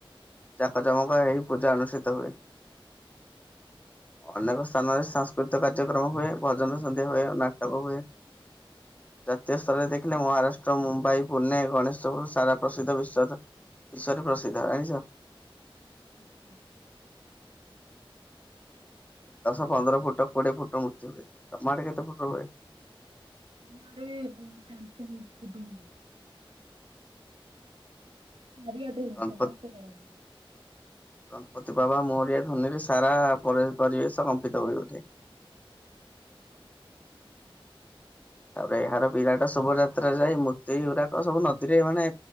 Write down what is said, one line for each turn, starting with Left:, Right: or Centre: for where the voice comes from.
Left: ଜାକ ଜମକ ହେଇ ପୂଜା ଅନୁଷ୍ଠିତ ହୁଏ। ଅନେକ ସ୍ଥାନରେ ଶା କୃତ କାର୍ଯ୍ୟକ୍ରମ ହୁଏ ଭଜନ ସନ୍ଧ୍ୟା ହୁଏ ନାଟକ ହୁଏ
Right: <unintelligible>
Left: ଜାତୀୟ ସ୍ତରରେ ଦେଖିଲେ ମହାରାଷ୍ଟ୍ର ମୁମ୍ବାଇ ପୁନେ ଗଣେଶପୁର ସାରା ପ୍ରସିଦ୍ଧ ବିଶ୍ୱ ଈଶ୍ୱର ପ୍ରସିଦ୍ଧ ଜାଣିଛ
Right: ହୁଁ ହୁଁ
Left: ଦଶ ପନ୍ଦର ଫୁଟ କୋଡିଏ ଫୁଟ ମୂତ୍ତି ହୁଏ ତ ମାଡେ କେତେ ଫୁଟ ହୁଏ
Right: ଆମ ଆଡ଼େ ଫେ ଫେ ଫେ ହୁଏ ରଆଡ ସମସ୍ତ
Left: ଗଣପତି
Right: କରନ୍ତି
Left: ଗଣପତି ବାବା ମୋରିଆ ଧନିରେ ସାରା ପରିବେଶ କମ୍ପିତ ହୋଇ ଉଠେ
Right: ହୁ୍
Left: ତାପରେ ଏହାର ବିରାଟ ଶୋଭାଯାତ୍ରା ଯାଇ ମୂର୍ତ୍ତି ଗୁରାକ ସବୁ ନଦୀରେ ମାନେ